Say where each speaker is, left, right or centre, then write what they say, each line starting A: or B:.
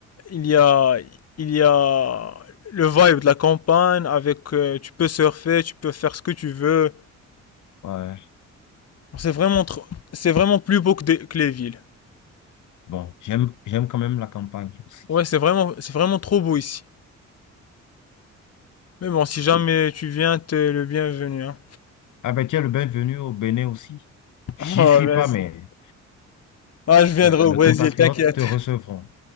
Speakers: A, on the left; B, on the left.
A: il y a, il y a le vibe de la campagne avec, euh, tu peux surfer, tu peux faire ce que tu veux.
B: Ouais.
A: C'est vraiment trop, c'est vraiment plus beau que, des- que les villes.
B: Bon, j'aime, j'aime quand même la campagne aussi.
A: Ouais, c'est vraiment, c'est vraiment trop beau ici. Mais bon, si jamais tu viens, t'es le bienvenu, hein.
B: Ah ben tiens, le bienvenu au Bénin aussi.
A: <laughs>
B: J'y
A: Oh,
B: suis
A: vas-y.
B: pas, mais
A: Ah, je viendrai
B: le-
A: au
B: mes
A: Brésil,
B: compatriotes
A: t'inquiète.
B: te recevront.
A: <laughs>